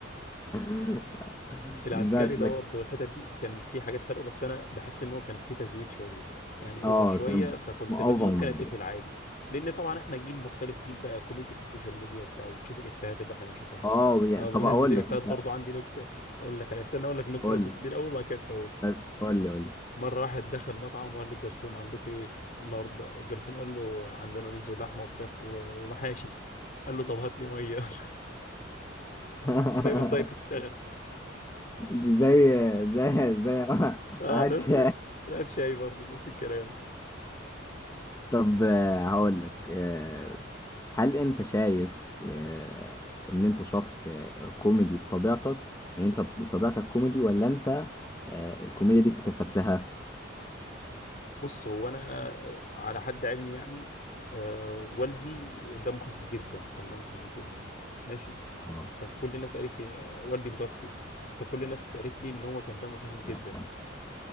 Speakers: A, on the left (about 15°); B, on the left (about 45°).
A: <laughs>
B: العسكري
A: بس
B: ده
A: لكن
B: برضه والحتت دي كان في حاجات حلوه بس انا بحس ان هو كان في تزويد شويه يعني اوفر
A: اه
B: شويه
A: كان
B: فكنت
A: اوفر
B: ب... ممكن
A: الموضوع
B: اتقفل عادي لان طبعا احنا جيل مختلف جيل بقى كوميديا في السوشيال ميديا وبتاع وبتشوف الافيهات اللي احنا بنشوفها
A: اه يعني
B: آه، بمناسبه
A: طب اقول
B: الافيهات
A: لك انت
B: برضه عندي نكته اقول لك على استنى اقول لك نكته
A: قول
B: بس
A: لي
B: دي الاول وبعد كده أنت قول
A: طيب قول لي قول لي
B: مره واحد دخل مطعم وقال للجرسون عندكم ايه النهارده الجرسون قال له عندنا رز ولحمه وفراخ و- ومحاشي قال له طب هات لي ميه <laughs>
A: <laughs>
B: سايب الدايت يشتغل
A: دي زي زي زي <laughs>
B: اه
A: هاتش
B: نفس لا شاي برضه نفس الكلام
A: طب آه، هقول لك آه، هل انت شايف آه، ان انت شخص آه، كوميدي بطبيعتك يعني انت بطبيعتك كوميدي ولا انت آه، الكوميديا دي اكتسبتها
B: بص هو انا على حد علمي يعني آه والدي دمه خفيف جدا كان دمه خفيف جدا ماشي
A: اه
B: كان كل الناس قالت لي آه، والدي متوفي فكل الناس قالت لي ان هو كان دمه خفيف جدا
A: اه اه